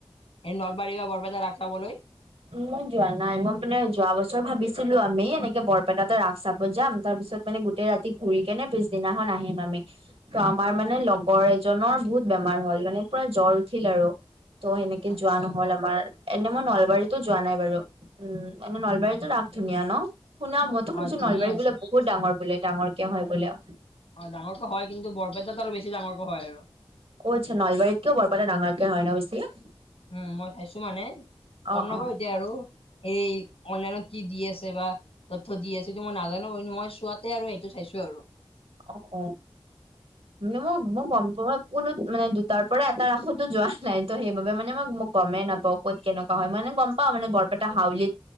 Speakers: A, on the left (about 85°); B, on the right (about 80°).
A: এই নলবাৰী বা বৰপেটা ৰাস চাবলৈ।
B: ওহো যোৱা নাই মই মানে যোৱা বছৰ ভাবিছিলো আমি এনেকে বৰপেটাতে ৰাস চাব যাম। তাৰ পিছত মানে গোটেই ৰাতি ঘূৰি কেনে পিছদিনাখন আহিম আমি ত আমাৰ মানে লগৰ এজনৰ বহুত বে মাৰ হল মানে পুৰা জ্বৰ উঠিল আৰু ত সেনেকে যোৱা
A: আচ্ছা
B: নহ'ল আমাৰ। এনে মই নলবাৰীতো যোৱা নাই বাৰু। উম মানে নলবাৰীতো ৰাস ধুনীয়া ন? শুনা মইতো
A: হয়
B: শুনছো
A: ধুনীয়া
B: নলবাৰীত
A: আছে
B: বোলে বহুত ডাঙৰ বোলে ডাঙৰকে হয় বোলে।
A: হয় ডাঙৰকটো হয় কিন্তু বৰপেটাত আৰু বেছি ডাঙৰকৈ হয় আৰু।
B: অ আচ্ছা নলবাৰীত কেও বৰপেটাত ডাঙৰকে হয় ন বেছি?
A: উম মই চাইছো মানে গম
B: অ
A: নাপাওঁ
B: অ
A: এতিয়া আৰু। সেই অনলাইনত কি দি আছে বা তথ্য দি আছে সেটো মই নাজানো কৈ কিনি মই চোৱাতে আৰু সেইটো চাইছো আৰু।
B: অ অ মানে মই মই গম পোৱা কোনো মানে দুটাৰ পৰা এটা ৰাসতো যোৱা নাই। ত সেইবাবে মানে মই মোক গমেই নাপাওঁ ক'ত কেনেকোৱা হয় মানে গম মানে বৰপেটা হাউলিত।